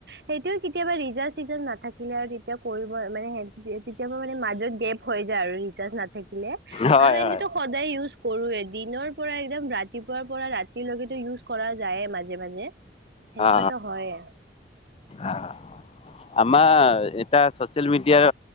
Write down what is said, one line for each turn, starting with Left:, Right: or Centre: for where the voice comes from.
Right: সেইটোয়ে কে কেতিয়াবা ৰিচাৰ্জ-থিচাৰ্জ নাথাকিলে আৰু তেতিয়া কৰিব মানে তেতিয়াবা মানে মাজত গেপ হৈ যায় আৰু ৰিচাৰ্জ না থাকিলে
Left: হয়
Right: আৰু এনেতো
Left: হয়
Right: সদায় ইউজ কৰোয়ে। দিনৰ পৰা একদম ৰাতিপুৱাৰ পৰা ৰাতিৰলৈকেতো ইউজ কৰা যায়ে মাজে মাজে। সেনেকুৱাতো
Left: অ
Right: হয়ে
Left: অ। আমাৰ এটা ছ'চিয়েল মিডিয়াৰ